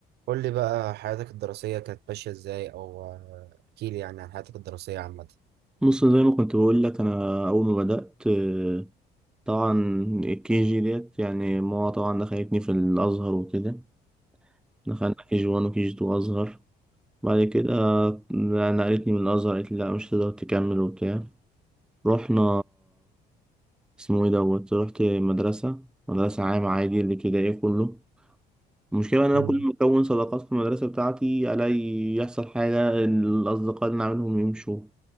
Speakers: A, on the right; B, in the centre.
A: قول لي بقى حياتك الدراسية كانت ماشية ازاي او آه، احكي لي يعني عن حياتك الدراسية عامة
B: بص زي ما كنت بقول لك انا اول ما بدات آه، طبعا الكي جي ديت يعني ماما طبعا دخلتني في الازهر وكده دخلنا كي جي 1 وكي جي 2 ازهر بعد كده آه، نقلتني من الازهر قالت لي لا مش هتقدر تكمل وبتاع رحنا اسمه ايه دوت رحت مدرسه مدرسه عامه عادي اللي كده ايه كله المشكله ان انا
A: مم.
B: كل ما اكون صداقات في المدرسه بتاعتي الاقي يحصل حاجه الاصدقاء اللي أنا عاملهم يمشوا